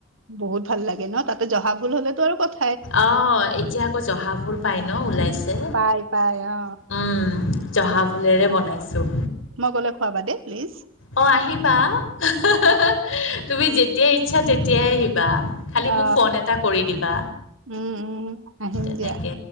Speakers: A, on the right; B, on the left.
A: বহুত ভাল লাগে ন তাতে জহা ভোল হলেতো আৰু কথ
B: আ অ অ এতিয়া আকৌ জহা ভোল পাই ন ওলাইছে
A: পাই পাই অ
B: উম উ উ উ। জহা ভোলেৰে বনাইছোঁ।
A: মই গ'লে খোৱাবা দেই প্লিজ।
B: অ আহিবা আহ হ হ হ ইহ্ তুমি যেতিয়াই ইচ্ছা তেতিয়াই আহিবা। খালি মোক
A: অ
B: ফোন এটা কৰি দিবা।
A: উম উ উম। আহিম
B: তেনেকে।
A: দিয়া